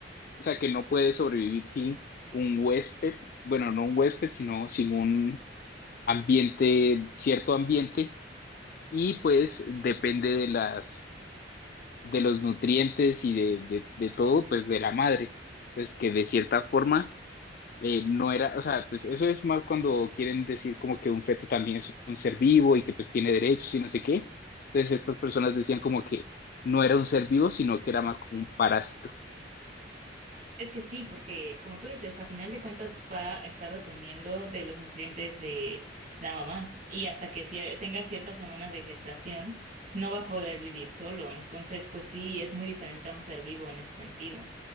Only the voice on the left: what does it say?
O sea, que no puede sobrevivir sin un huésped, bueno, no un huésped, sino sin un ambiente, cierto ambiente, y pues depende de las, de los nutrientes y de, de, de todo, pues de la madre. Entonces, que de cierta forma eh, no era, o sea, pues eso es mal cuando quieren decir como que un feto también es un ser vivo y que pues tiene derechos y no sé qué. Entonces, estas personas decían como que no era un ser vivo, sino que era más como un parásito.